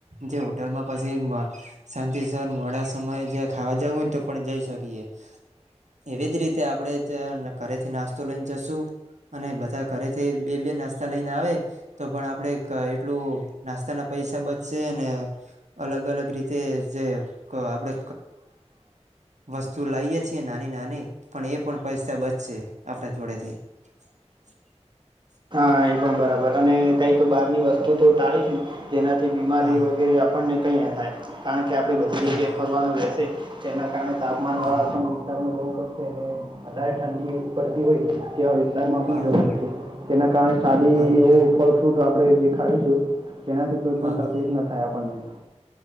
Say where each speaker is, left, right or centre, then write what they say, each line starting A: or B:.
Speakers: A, on the right; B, on the right.
A: જે હોટલમાં પછી શાંતિ સ્ર મો થો સમયે જ ખાવા જવું હોને તો પણ જઈ શકીએે એવી જ રીતે આપણેે ઘરેથી નાસ્તો લઈને જશુ અને બધા ઘરેથી બે બે નાસ્તા લઈને આવે તો પણ આપડે એટલું નાસ્તાના પૈસા બચશે ને અલગ અલગ રીતે જે આપડે વસ્તુ લાઈએ છીએ નાની નાની પણ એ પણ પૈસા બચશે આપણા જોડેથી <unintelligible>
B: હા એ પણ બરાબર અને કંઈક બહારની વસ્તુ તો ટાળીશું જેનાથી બીમારી
A: હા
B: વગેરે આપણને કંઈ ન થાય કારણ કે આપણે બધી
A: હા
B: જગ્યાએ
A: હા
B: ફરવાનું રહેશે જેના કારણે તાપમાનવાળા
A: હા
B: પણ વિસ્તારમાં જવું પડશે હ વધારે ઠંડીવી પડતી હોય કેવા વિસ્તારમાં પણ
A: હા
B: જવું
A: હા
B: પડશે તેના કારણે સાદી
A: બરોબર
B: એવું ફલ ફ્રૂટ આપણે જે ખાઈશું તેનાથી કોઈ
A: હા
B: પણ
A: હા
B: તકલીફ ના થાય આપણને